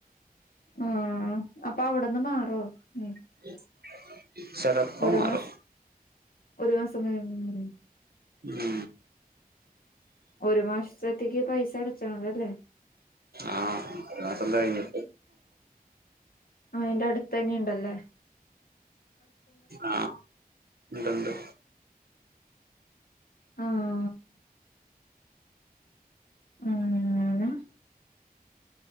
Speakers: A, on the left (about 70°); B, on the right (about 80°).
A: ആ അപ്പവ്ട്ന്ന് മാറോ
B: <inaudible>
A: ഉം
B: ചെലപ്പം
A: ഒരു
B: മാറും
A: മാസം ഒരു മാസം കഴിയുമ്പോ മാറും
B: ഉം
A: ഒരു മാസ്ത്തത്തേക്ക് പൈസ അടച്ചാണ് അല്ലേ
B: ആഹ് ഒരു മാസം കഴിഞ്ഞ്‌ട്ട്
A: ആഹ് അയ്ന്റെ അടുത്തന്നെ ഇണ്ടല്ലേ.
B: ആഹ്‌ ഇണ്ട്ണ്ട്.
A: ആഹ് <unintelligible>